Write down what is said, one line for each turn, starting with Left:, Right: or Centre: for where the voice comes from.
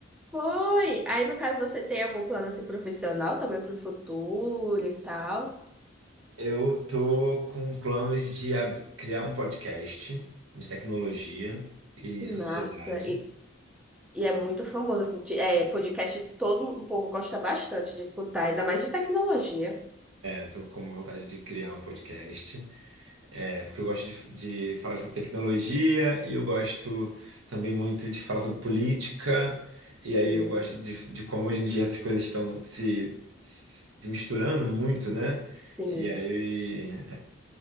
Centre: Foi! Aí, no caso, você tem algum plano assim, profissional também para o futuro e tal?
Right: Eu tô com planos de ab- criar um podcast de tecnologia e
Centre: Que
Right: sociedade.
Centre: massa! E, e é muito famoso, assim, te- é, podcast todo o povo gosta bastante de escutar, ainda mais de tecnologia.
Right: Estou com vontade de criar um podcast, é, porque eu gosto de, de falar sobre tecnologia e eu gosto também muito de falar sobre política. E aí
Centre: Hum,
Right: eu gosto de, de como hoje em dia essas coisas estão se, se misturando muito, né?
Centre: Sim.
Right: E aí